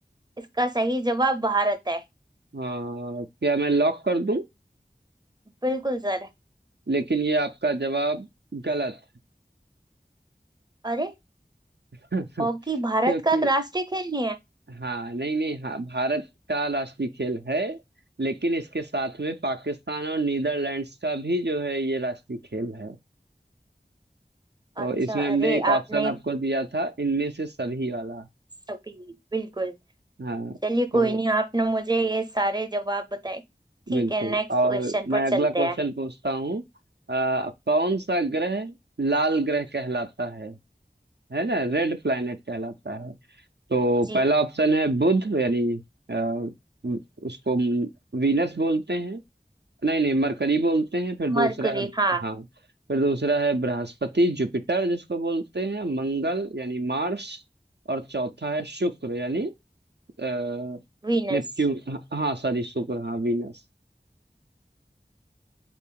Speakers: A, on the right (about 25°); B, on the right (about 75°).
A: इसका सही जवाब भारत है
B: अ, क्या मैं लॉक कर दूं
A: बिल्कुल सर
B: लेकिन ये आपका जवाब गलत
A: अरे
B: <laughs>
A: हॉकी भारत
B: क्योंकि
A: का राष्ट्रीय खेल नहीं है
B: हाँ नहीं नहीं हाँ भारत का राष्ट्रीय खेल है लेकिन इसके साथ में पाकिस्तान और नीदरलैंड्स का भी जो है ये राष्ट्रीय खेल है तो
A: अच्छा
B: इसमें हमने
A: अरे
B: एक
A: आपने
B: ऑप्शन आपको दिया था इनमें से सभी वाला
A: सभी बिल्कुल
B: हाँ
A: चलिए
B: तो
A: कोई नहीं आपने मुझे ये सारे जवाब बताए ठीक
B: बिल्कुल
A: है नेक्स्ट
B: और
A: क्वेश्चन
B: मैं
A: पर
B: अगला
A: चलते
B: क्वेश्चन
A: हैं
B: पूछता हूँ अ, कौन सा ग्रह लाल ग्रह कहलाता है है ना रेड प्लैनेट कहलाता है तो
A: जी
B: पहला ऑप्शन है बुध यानी अ, उसको वीनस बोलते हैं नहीं नहीं मरकरी बोलते हैं फिर दूसरा
A: मरकुरी
B: है
A: हाँ
B: हाँ फिर दूसरा है बृहस्पति जुपिटर जिसको बोलते हैं मंगल यानी मार्स और चौथा है शुक्र यानी अ,
A: वीनस
B: नेपच्यून हाँ सॉरी शुक्र हाँ वीनस